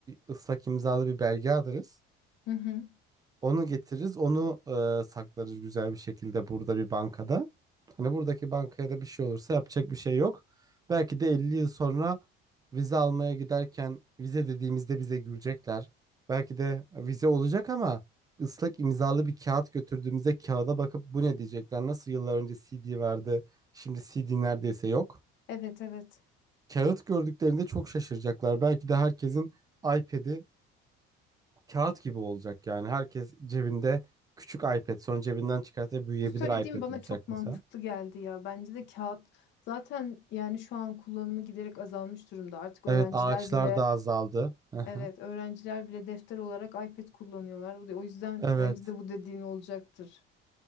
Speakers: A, on the right; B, on the left.
A: ıslak imzalı bir belge alırız.
B: Hı hı.
A: Onu getiririz, onu e, saklarız güzel bir şekilde burada bir bankada. Hani buradaki bankaya da bir şey olursa yapacak bir şey yok. Belki de 50 yıl sonra vize almaya giderken vize dediğimizde bize gülecekler. Belki de vize olacak ama ıslak imzalı bir kağıt götürdüğümüzde kağıda bakıp bu ne diyecekler? Nasıl yıllar önce CD vardı, şimdi CD neredeyse yok.
B: Evet evet.
A: Kağıt gördüklerinde çok şaşıracaklar. Belki de herkesin iPad'i kağıt gibi olacak yani. Herkes cebinde küçük iPad sonra cebinden çıkartıp büyüyebilir
B: Bu söylediğim
A: iPad
B: bana
A: olacak
B: çok mantıklı
A: mesela.
B: geldi ya. Bence de kağıt zaten yani şu an kullanımı giderek azalmış durumda. Artık öğrenciler
A: Evet ağaçlar
B: bile
A: da azaldı. Hı hı.
B: evet öğrenciler bile defter olarak iPad kullanıyorlar. O o yüzden
A: Evet.
B: bence de bu dediğin olacaktır.